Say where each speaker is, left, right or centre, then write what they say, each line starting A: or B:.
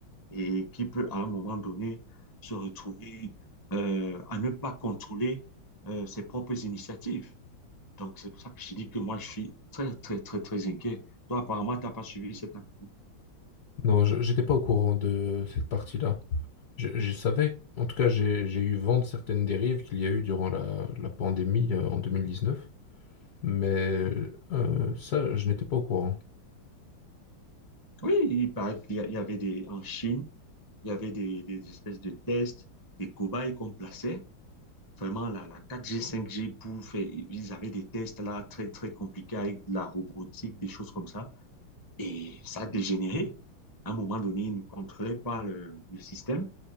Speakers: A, on the left; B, on the left.
A: et qui peut, à un moment donné, se retrouver euh, à ne pas contrôler euh, ses propres initiatives. Donc, c'est pour ça que je dis que moi, je suis très, très, très, très inquiet. Toi, apparemment, tu n'as pas suivi cette activité.
B: Non, je- j'étais pas au courant de cette partie-là. Je, je savais, en tout cas, j'ai j'ai eu vent de certaines dérives qu'il y a eu durant la, la pandémie euh, en 2019, mais euh, ça, je n'étais pas au courant.
A: Oui, il paraît qu'il y a- il y avait des, en Chine, il y avait des, des espèces de tests, des cobayes qu'on plaçait. Vraiment, la, la quatre g cinq g pour faire, ils avaient des tests là très, très compliqués avec de la robotique, des choses comme ça. Et ça a dégénéré. À un moment donné, ils ne contrôlaient pas le, le système.